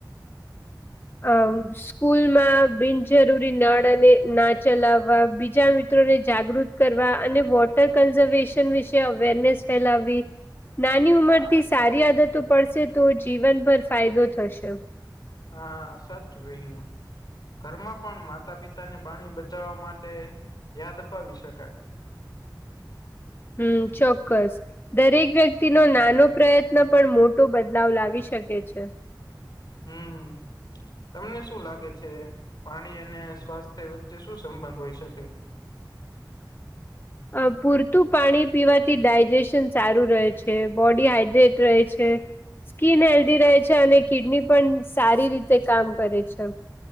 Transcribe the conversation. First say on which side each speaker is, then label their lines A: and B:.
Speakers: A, on the left; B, on the left.
A: હા. સ્કૂલ માં બિનજરૂરી નળ અને ના ચલાવવા બીજા મિત્રોને જાગૃત. કરવા, અને વોટર કન્ઝર્વેશન વિશે અવેરનેસ ફેલાવવી. નાની ઉંમર થી સારી આદતો પડશે તો, જીવનભર ફાયદો થશે.
B: હા, સાચુ કહીયુ. ઘરમાં પણ માતા-પિતા ને પાણી બચાવવા માટે યાદ અપાવી શકાય.
A: હમ, ચોક્કસ. દરેક વ્યક્તિ નો નાનો પ્રયત્ન પણ મોટો બદલાવ લાવી શકે છે.
B: હમ. તમને શું લાગે છે, પાણી અને સ્વાસ્થ્ય વચ્ચે શું સંબંધ હોય શકે?
A: અ પૂરતું પાણી પીવાથી ડાયજેશન. સારું રહે છે, બોડી હાડ્રેટ રહે છે, સ્કીિન હેલ્ધી રહે છે, અને કિડની પણ સારી રીતે કામ કરે છે.